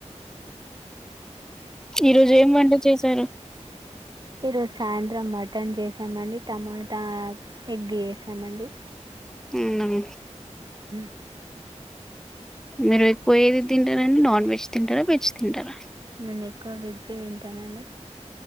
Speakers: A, in the centre; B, on the right (about 35°).
A: ఈరోజు ఏం వంట చేశారు?
B: ఈరోజు సాయంత్రం మటన్ చేసామండి టమాటా ఎగ్ చేసామండి.
A: మ్మ్ నమ్
B: మ్మ్.
A: మీరు ఎక్కువ ఏది తింటరాండి నాన్ వెజ్ తింటారా వెజ్ తింటరా
B: నేనెక్కువ వెజ్జే తింటానండి.